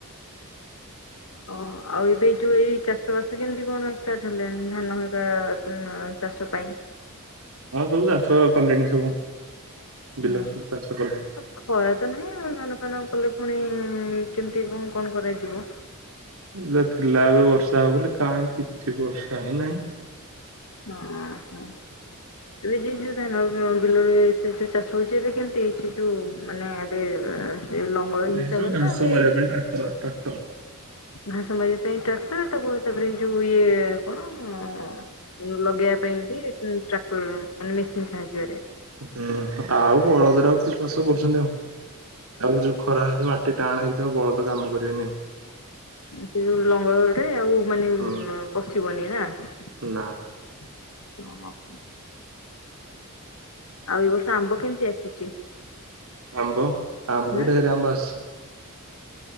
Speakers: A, on the left (about 80°); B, on the right (about 70°).
A: ଅ ଆଉ ଏବେ ଯୋଉ ଏଇ ଚାଷ ଚାଷ କେମିତି କଣ ଷ୍ଟାର୍ଟ ହେଲେଣି ଧାନ ହେରିକା ଆ ଚାଷ ପାଇଁ।
B: ହଁ ସବୁ ଚାଷ କଲେଣି ସବୁ। ବିଲ
A: ହଁ
B: ସବୁ ଚାଷ କଲେଣି।
A: ଖରା ତ ନାହିଁ ଧାନ ଫାନ କଲେ ପୁଣି କେମତି କଣ କଣ କରାଯିବ।
B: ଯା ଥିଲା ଏବେ ବର୍ଷା ହବ ବୋଲି କାହିଁ କିଛି ବର୍ଷା ହି ନାହିଁ।
A: ହଁ ହୋ ଏବେ ଯେ ଯୋଉ ଧାନ ବିଲରେ ଏ ଯୋଉ ଚାଷ ହଉଛି ଏବେ କେମିତି ହେଇଛି ଯୋଉ ମାନେ ଏବେ। ସେ ଲଙ୍ଗଳ ହିସାବରେ
B: ଏ ସବୁ ଘାସ
A: ନା ଏବେ
B: ମାରିବା ପାଇଁ ଟ୍ରାକ୍ଟର ଟ୍ରାକ୍ଟର।
A: ଘାସ ମାରିବା ପାଇଁ ଟ୍ରାକ୍ଟର ତାକୁ ତାପରେ ଯୋଉ ଇଏ <unintelligible> ଲଗେଇବା ପାଇଁ ବି ଟ୍ରାକ୍ଟର ମାନେ ମେସିନ୍ ସାହାଯ୍ୟରେ।
B: ହୁଁ ଆଉ ବଳଦର ଆଉ କିଏ ଚାଷ କରୁଛନ୍ତି ଆଉ। ଆଉ ଯୋଉ ଖରା ହେଉଛି ମାଟି ଟାଣ ହେଇଥିବ ବଳ ଲୋକ କାମ କରିବେନି ଆଉ।
A: ସେ ଯୋଉ ଲଙ୍ଗଳଟି ଆଉ ମାନେ
B: ହୁଁ
A: ପଶିବନି ନା ହଁ
B: ନା
A: ହଁ। ଆଉ ଏ ବର୍ଷ ଆମ୍ବ କେମିତି ଆସି
B: ଆମ୍ୱ ଆମ୍ବ
A: ହୁଁ
B: ଢେର ଆମ୍ଵ ଆସିଚି।